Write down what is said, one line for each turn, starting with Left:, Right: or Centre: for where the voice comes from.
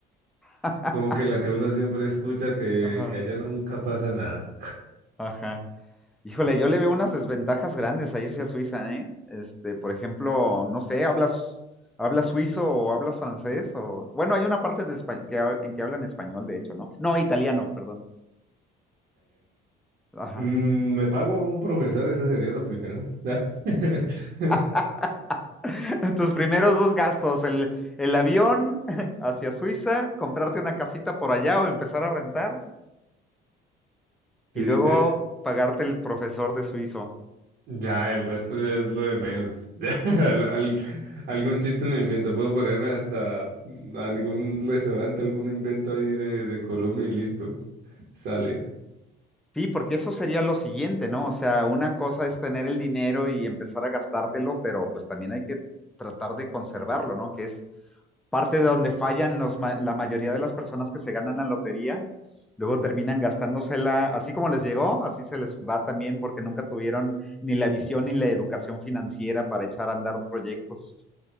Centre: <laughs>
Right: Es como que la que uno siempre escucha que,
Centre: Ajá,
Right: que allá nunca pasa nada.
Centre: ajá. Híjole, yo le veo unas desventajas grandes a irse a Suiza, ¿eh? Este, por ejemplo, no sé, hablas, hablas suizo o hablas francés o, bueno, hay una parte de espa- que ha- en que hablan español, de hecho, ¿no? No, italiano, perdón. Ajá.
Right: Mm, me pago un profesor, eso sería lo primero. <laughs>
Centre: <laughs> Tus primeros dos gastos, el, el avión <laughs> hacia Suiza, comprarte una casita por allá o empezar a rentar
Right: Sí,
Centre: y luego
Right: eh,
Centre: pagarte el profesor de suizo.
Right: ya, el resto ya es lo de menos. <laughs> Ya, al- al- algún chiste me invento, puedo ponerme hasta algún restaurante, algún invento ahí de, de Colombia y listo, sale.
Centre: Sí, porque eso sería lo siguiente, ¿no? O sea, una cosa es tener el dinero y empezar a gastártelo, pero pues también hay que tratar de conservarlo, ¿no? Que es parte de donde fallan los ma- la mayoría de las personas que se ganan la lotería. Luego terminan gastándosela, así como les llegó, así se les va también porque nunca tuvieron ni la visión ni la educación financiera para echar a andar proyectos.